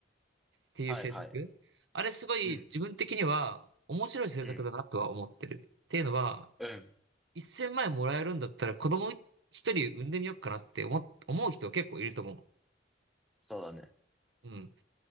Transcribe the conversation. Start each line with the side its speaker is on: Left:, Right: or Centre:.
Right: ていう政策。
Centre: はいはい。
Right: あれすごい自分的には面白い政策だなとは思ってる。
Centre: うん。うん。
Right: っていうのは、
Centre: うん。
Right: 1000万円もらえるんだったら子供一人産んでみようかなって思、思う人結構いると思う。
Centre: そうだね。
Right: うん。